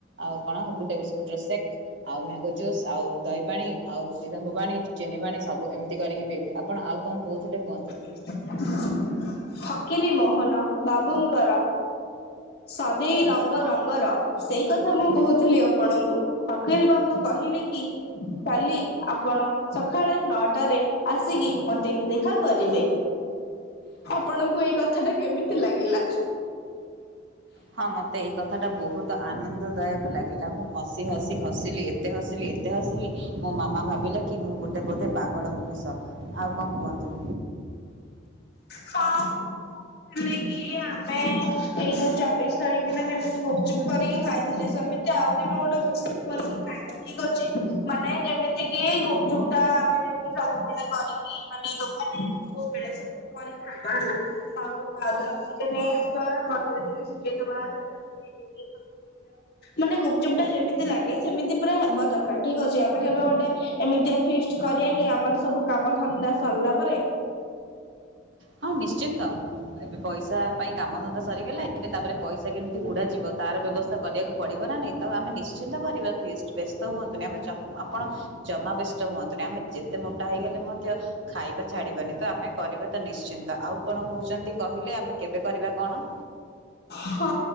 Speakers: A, on the right; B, on the left.
A: ଆଉ କଣ ଗୁଡେ ବିସ୍କୁଟ ର ସେକ୍। ଆଉ ମ୍ୟାଙ୍ଗୋ ଜୁସ୍ ଆଉ ଦହି ପାଣି ଆଉ ଲେମ୍ବୁପାଣି, ଚିନି ପାଣି ସବୁ ଏମିତି କରିକି ପିଇବି ଆପଣ ଆଉ କଣ କହୁଥିଲେ କୁହନ୍ତୁ?
B: <inaudible> କିିରି ମୋହନ ବାବୁଙ୍କର ସଦେଇ ରଙ୍ଗ ରଙ୍ଗର ସେଇ କଥା ମୁଁ କହୁଥିଲି ଆପଣଙ୍କୁ ଫକିର ବାବୁ କହିଲେ କି କାଲି ଆପଣ ସଖାଳେ ନଅଟାରେ ଆସିକି ମତେ ଦେଖା କରିବେ। ଆପଣଙ୍କୁ ଏଇ କଥା ଟା କେମିତି ଲାଗିଲା?
A: ହଁ ମୋତେ ଏଇ କଥାଟା ବହୁତ ଆନନ୍ଦଦାୟକ ଲାଗିଲା ମୁଁ ହସି ହସି ହସିଲି ଏ ଏତେ ହସିଲି ଏତେ ହସିଲି ମୋ ମାମା ଭାବିଲା କି ମୁଁ ଗୋଟେ ବୋଧେ ପାଗଳ ମଣିଷ ଆଉ କଣ କୁହନ୍ତୁ?
B: ହଁ ମୁଁ କହୁଥିଲି କି ଆମେ ଏଇ ଯୋଉ ଚବିଶ ତାରିଖ ଦିନ ଯେମିତି ଗୁପୁଚପ୍ କରିକି ଖାଇଥିଲେ ସେମିତି ଆଉ କେବେ ଗୋଟେ ଗୁପୁଚପ୍ କରିକି ଖାଇବାର ଠିକ ଅଛି ମାନେ ଯେମିତି କି ଗୁପଚୁପ ଟା ଆମେ ଯେମିତି ସବୁବେଳେ କରିକି ମାନେ ଦୋକାନ ସୋଉବେଳେ ସେ କରିକି ଖାଇବା ହେଲା। ଆଉ ବାଦାମ୍ ଟିକେ ନେଇ ଆସିବା ବଟର ଟିକେ ସିଝେଇଦବା ସେଥିରେ ପକେଇକି। ମାନେ ଗୁପଚୁପ୍ ଟା ଯେମିତି ଲାଗେ ସେମିତି ପୁରା ହେବା ଦରକାର ଠିକ ଅଛି ଆମେ କେବେ ଗୋଟେ ଏମିତିଆ ଫିଷ୍ଟ କରିବା କି ଆମର ସବୁ କାମ ଧନ୍ଦା ସରିଲା ପରେ।
A: ହଁ ନିଶ୍ଚିନ୍ତ ଏବେ ପଇସା ପାଇଁ କାମ ଧନ୍ଦା ସରିଗଲା ଏବେ ତାପରେ ପଇସା କେମିତି ଉଡାଯିବ ତାର ବ୍ୟବସ୍ଥା କରିବାକୁ ପଡିବ ନା ନାଇଁ ତ ଆମେ ନିଶ୍ଚିନ୍ତ କରିବା ଫିଷ୍ଟ। ବ୍ୟସ୍ତ ହୁଅନ୍ତୁନି ଆମେ ଚ ଆପଣ ଜମା ବ୍ୟସ୍ତ ହୁଅନ୍ତୁନି ଆମେ ଯେତେ ମୋଟା ହେଇଗଲେ ମଧ୍ୟ ଖାଇବା ଛାଡିବାନି ତ ଆମେ କରିବା ତ ନିଶ୍ଚିନ୍ତ ଆଉ କଣ କହୁଛନ୍ତି କହିଲେ ଆମେ କେବେ କରିବା କଣ?
B: ହଁ